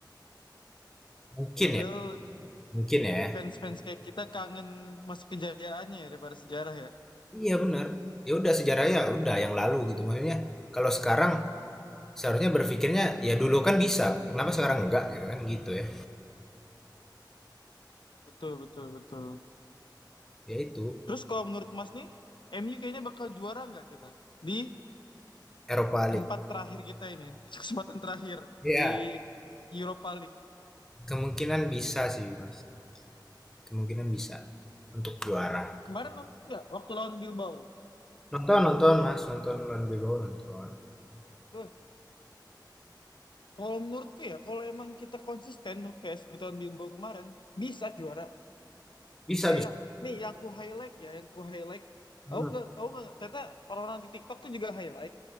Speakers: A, in the centre; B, on the left.
A: Mungkin
B: padahal
A: ya, mungkin ya.
B: fans-fans kayak kita kangen masa kejayaannya ya daripada sejarah ya
A: Iya, bener. Ya udah sejarah ya udah yang lalu gitu. Maksudnya kalau sekarang seharusnya berpikirnya ya dulu kan bisa, kenapa sekarang enggak gitu kan gitu ya.
B: Betul, betul, betul.
A: Ya itu
B: Terus kalau menurut Mas nih, M U kayaknya bakal juara nggak kita? Di
A: Eropa League.
B: tempat terakhir kita ini, <laughs> kesempatan terakhir
A: Iya,
B: di Europa League.
A: kemungkinan bisa sih, Mas. Kemungkinan bisa untuk juara.
B: Kemarin nonton nggak waktu lawan Bilbao?
A: Nonton, nonton, Mas. Nonton lawan Bilbao nonton.
B: Beh, kalau menurutku ya, kalau emang kita konsisten kayak seperti lawan Bilbao kemarin, bisa juara.
A: Bisa,
B: Kayak
A: bisa.
B: nih yang ku highlight ya, yang ku highlight.
A: Hmm,
B: Aku nggak, aku nggak. Ternyata orang-orang di TikTok tuh juga highlight.